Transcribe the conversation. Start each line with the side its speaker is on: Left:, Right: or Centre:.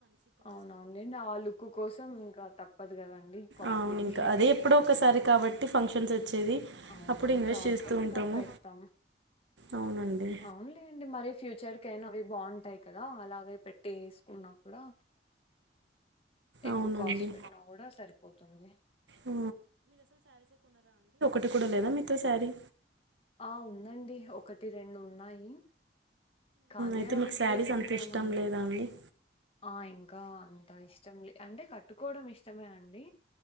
Left: అవును అవును లేండి ఆ లుప్పు కోసం ఇంకా తప్ప పదిగా గ అడి కాస్ట్లీవి
Right: అవును ఇంకా అదే
Left: పెట్టవడానికి
Right: ఎప్పుడో ఒకసారి కాబట్టి ఫంక్షన్స్ వచ్చేది
Left: అవునవును
Right: అప్పుడు ఇన్వెస్ట్
Left: కాబట్టి
Right: చేస్తూ
Left: ఇంకా
Right: ఉంటాము
Left: పెడతాం
Right: అవునండి
Left: అవునులేండి మరి ఫ్యూచర్ క అయినా అవి బాగుంటాయి కదా అలాగే పెట్ వెస్ వేస్ కున్నా కూడా ఎక్కువ
Right: అవునండి
Left: కాస్ట్ పెట్టినా కూడా సరి పోతుంది
Right: ఆ, కట్టు కూడా లేదా మీతో శ్యారీ
Left: ఆ ఉందండి ఒకటి రెండు ఉన్నాయి కానీ
Right: అయితే
Left: అవి
Right: మీకు
Left: ఎక్కడ
Right: శారీస్
Left: వేసుకుంటామండి
Right: అంత ఇష్టం లేదా అండి
Left: ఆ ఇంకా అంతా ఇష్టం ఇష్టం లే అంటే కట్టుకోవడం ఇష్టమే అండి